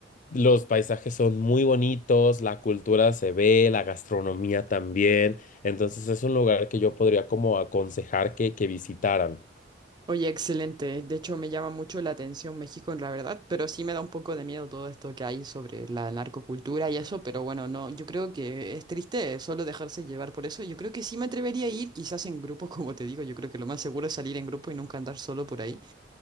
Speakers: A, on the left; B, on the right.
A: los paisajes son muy bonitos, la cultura se ve, la gastronomía también. Entonces es un lugar que yo podría como aconsejar que, que visitaran.
B: Oye, excelente. De hecho, me llama mucho la atención México, en la verdad, pero sí me da un poco de miedo todo esto que hay sobre la narcocultura y eso, pero bueno, no, yo creo que es triste solo dejarse llevar por eso. Yo creo que sí me atrevería a ir, quizás en grupo, <laughs> como te digo, yo creo que lo más seguro es salir en grupo y nunca andar solo por ahí.